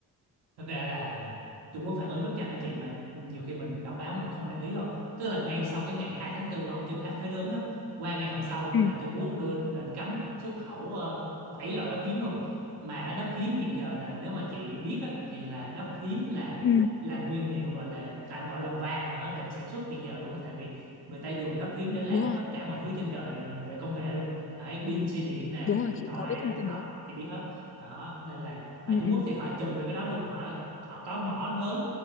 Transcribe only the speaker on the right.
thật ra là Trung Quốc phản ứng rất nhanh đó chị mà nhiều khi mình đọc báo mình không để ý thôi tức là ngay sau cái ngày 2 tháng 4 mà ông Trump áp thuế đứng á qua ngày hôm sau
là Trung Quốc đưa lệnh cấm xuất khẩu ờ, bảy loại đất hiếm luôn mà đất hiếm hiện giờ là nếu mà chị biết á, thì là đất hiếm là
là nguyên liệu gọi là tạm gọi là vàng ở trong sản xuất hiện giờ luôn á tại vì người ta dùng đất hiếm để làm
tất cả mọi thứ trên đời về công nghệ luôn Đấy, pin xe điện nè
điện
thoại
laptop
chị biết hết đó nên là mà
Trung
Quốc thì họ chùm về cái đó luôn họ họ có mỏ lớn